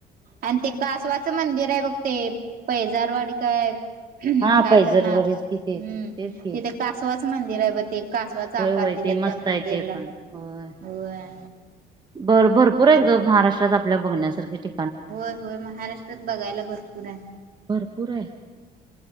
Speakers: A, on the right; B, on the right.
A: आणि ते कासवाच मंदिर आहे बघ ते पैजारवाडी काय -
B: हा
A: का
B: पैजरवरच
A: तर ना हम्म
B: कि तेच तेच की.
A: तिथे कासवाच मंदिर आहे ब ते कासवाचा
B: होय
A: आकार
B: होय
A: दिला
B: ते मस्त
A: त्या मंदिरला
B: आहे ते पण होय.
A: होय.
B: बर भरपूर
A: तिथं
B: आहेत ग महाराष्ट्रात आपल्या बघण्यासारखे ठी
A: होय, होय, महाराष्ट्रात बघायला भरपूर आहे.
B: भरपूर आहे.